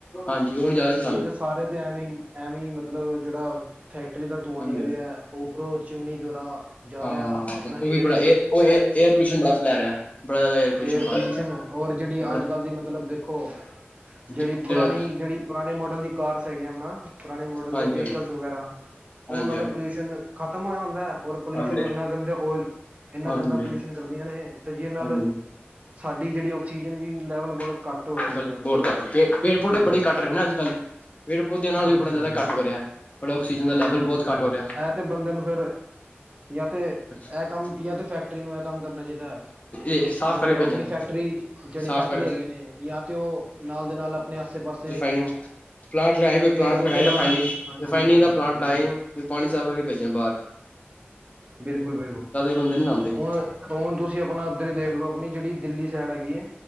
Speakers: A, on the left; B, on the right.
A: ਹਾਂਜੀ ਹੁਣ' <unintelligible>
B: ਨਹੀਂ ਤਾਂ ਸਾਰੇ ਤੇ ਐਵੇਂ ਈ ਐਵੇਂ ਮਤਲਬ ਜਿਹੜਾ ਫੈਕਟਰੀ ਦਾ ਧੂੰਆ
A: ਹਾਂਜੀ
B: ਨਿਕਲ
A: ਹਾਂਜੀ
B: ਗਿਆ। ਉਪਰੋਂ ਚਿਮਨੀ ਦੁਰਾ ਜਾ
A: ਹਾਂ
B: ਰਿਹਾ ਆਪਣਾ
A: ਉਹ
B: ਏਅਰ
A: ਵੀ ਬੜਾ
B: ਵਿਚ
A: ਉਹ ਏਅਰ ਪੋਲਿਊਸ਼ਨ ਬੜਾ ਫੈਲਾ ਰਿਹਾ ਬੜਾ ਜ਼ਿਆਦਾ ਪੋਲਿਊਸ਼ਨ
B: ਏਅਰ
A: ਫੈਲ
B: ਪੋਲਊਸ਼ਨ
A: ਰਿਹਾ
B: ਔਰ ਜਿਹੜੀ
A: ਬੜਾ
B: ਅੱਜ ਕੱਲ੍ਹ ਦੀ ਮਤਲਬ ਦੇਖੋ ਜਿਹੜੀ
A: ਹਾਂਜੀ
B: ਪੁਰਾਣੀ ਜਿਹੜੀ ਪੁਰਾਣੇ ਮੋਡਲ ਦੀ ਕਾਰਸ ਹੈਗੀਆਂ ਏ ਨਾ ਪੁਰਾਣੇ ਮੋਡਲ
A: ਹਾਂਜੀ
B: ਦੇ ਵਹੀਕਲਸ ਵਗੈਰਾ
A: ਹਾਂਜੀ
B: ਉਹਨਾਂ ਦਾ ਪੋਲਿਊਸ਼ਨ ਖ਼ਤਮ ਹੋਇਆ ਹੁੰਦਾ ਐ ਔਰ
A: ਹਾਂਜੀ
B: ਪੋਲਿਊਸ਼ਨ ਨੂੰ ਇੰਨਾ ਗੰਦੇ ਓਲ ਇੰਨਾਂ
A: ਹਾਂਜੀ
B: ਗੰਦਾ ਪੋਲਿਊਸ਼ਨ ਕਰਦੀਆਂ ਨੇ, ਤੇ ਜਿੰਨ ਨਾਲ
A: ਹਾਂਜੀ
B: ਸਾਡੀ ਜਿਹੜੀ ਆਕਸੀਜਨ ਵੀ ਲੈਵਲ <unintelligible>
A: ' <unintelligible>
B: ਜਿਹਦੇ ਨਾਲ
A: ਬਹੁਤ
B: ਔਰ
A: ਕੱਟ ਪੇ ਪੇੜ ਪੌਦੇੇ
B: ਬਿਲਕੁਲ
A: ਬੜੇ ਕੱਟ ਰਹੇ ਨੇ ਅੱਜ ਕੱਲ੍ਹ ਪੇਡ ਪੌਦਿਆਂ ਨਾਲ
B: ਹਾਂਜੀ
A: ਵੀ ਬੜਾ ਜ਼ਿਆਦਾ
B: ਹਾਂਜੀ
A: ਘੱਟ ਹੋ ਰਿਹਾ। ਪਰ ਆਕਸੀਜ਼ਨ ਦਾ ਲੈਵਲ
B: ਬਿਲਕੁਲ
A: ਬਹੁਤ
B: ਬਿਲਕੁਲ
A: ਘੱਟ ਹੋ ਰਿਹਾ
B: ਇਹ ਤੇ ਬੰਦੇ ਨੂੰ ਫਿਰ ਜਾਂ ਤੇ ਇਹ
A: <unintelligible>
B: ਕੰਮ ਯਾ ਤੇ ਫੈਕਟਰੀ ਨੂੰ ਐ ਕੰਮ ਕਰਨਾ ਚਾਹੀਦਾ
A: ਇਹ ਸਾਫ਼
B: ਮੰਨ
A: ਕਰਕੇ
B: ਲੋ
A: ਭੇਜਣ
B: ਆਪਣੀ ਫੈਕਟਰੀ ਜਿਹੜੇ
A: ਸਾਫ਼
B: ਫੈਕਟਰੀ
A: ਕਰ
B: ਹੈਗੇ ਨੇ ਯਾ ਤੇ ਔ ਨਾਲ ਦੇ ਨਾਲ ਆਪਣੇ ਆਸੇ-ਪਾਸੇ
A: ਰਿਫਾਨਿੰਗ ਪਲਾਂਟ ਲਗਾਏ ਕੋਈ ਪਲਾਂਟ ਲਗਾਏ
B: ਪੌਦੇ ਲਾਉਣ
A: ਰਿਫਾਨਿੰਗ,
B: ਹਾਂਜੀ
A: ਰਿਫਾਨਿੰਗ
B: ਬਿਲਕੁਲ
A: ਦਾ ਪਲਾਂਟ
B: ਬਿਲਕੁਲ
A: ਲਾਏ ਤੇ ਪਾਣੀ ਸਾਫ਼ ਕਰਕੇ ਭੇਜਣ ਬਾਰ।
B: ਬਿਲਕੁਲ-ਬਿਲਕੁਲ
A: ਬੰਦੇ ਨੀ ਲਾਂਦੇ
B: ਹੁਣ-ਹੁਣ ਤੁਸੀਂ ਆਪਣਾ ਇੱਧਰ ਹੀ ਦੇਖ ਲੋ ਆਪਣੀ ਜਿਹੜੀ ਦਿੱਲੀ ਸਾਈਡ ਹੈਗੀ ਐ,